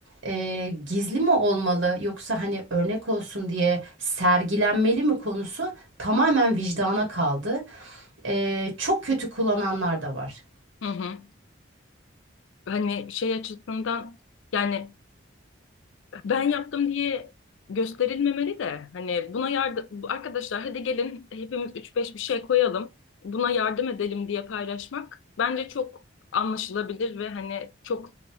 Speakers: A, on the right; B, on the left.
A: E, gizli mi olmalı yoksa hani örnek olsun diye sergilenmeli mi konusu tamamen vicdana kaldı. E, çok kötü kullananlar da var.
B: hı hı. Hani şey açısından yani ben yaptım diye gösterilmemeli de hani buna yardım arkadaşlar hadi gelin hepimiz üç beş bir şey koyalım buna yardım edelim diye paylaşmak bence çok anlaşılabilir ve hani çok